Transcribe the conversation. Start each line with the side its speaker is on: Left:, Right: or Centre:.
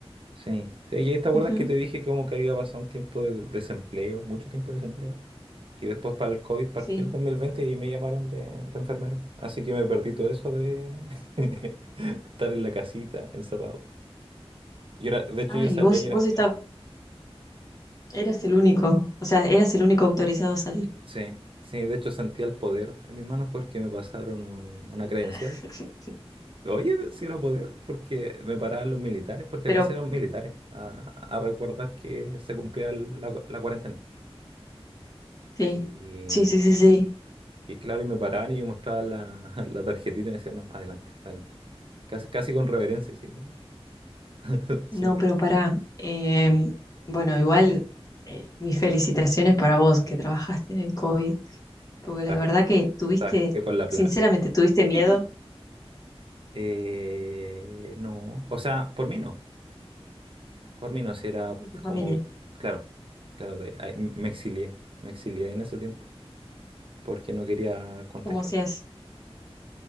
Right: Sí, sí, y ahí te acuerdas
Left: ujú,
Right: que te dije que como que había pasado un tiempo de desempleo, mucho tiempo de desempleo. Y después para el COVID partió
Left: sí.
Right: el 2020 y ahí me llamaron de, de enfermero. Así que me perdí todo eso de <laughs> estar en la casita, encerrado. Yo era, de hecho
Left: Ah,
Right: yo
Left: y
Right: salía
Left: vos,
Right: y era,
Left: vos estabas,
Right: era-
Left: eras el único, o sea, eras el único autorizado a salir.
Right: Sí, sí, de hecho sentía el poder en mis manos porque me pasaron un- una
Left: Nah.
Right: credencial.
Left: <laughs>
Right: Oye, si era poder, porque me paraban los militares, porque
Left: Pero
Right: acá salían militares a, a recordar que se cumplía la, la cuarentena.
Left: sí,
Right: Y
Left: sí, sí, sí, sí.
Right: Y claro, y me paraban y yo mostraba la, <laughs> la tarjetita y me decían, no, adelante, adelante. Casi, casi con reverencia, así como, <laughs> señor,
Left: No, pero pará. em, bueno, igual eh, mis felicitaciones para vos que trabajaste en el COVID, porque
Right: trabajé,
Left: la verdad que tuviste,
Right: trabajé por la plata.
Left: sinceramente, tuviste miedo
Right: <laughs> Eh, no, o sea, por mí no, por mí no, si era
Left: por tu familia.
Right: como, claro, claro, de- ahí me exilié, me exilié en ese tiempo porque no quería contagiar.
Left: Como si es.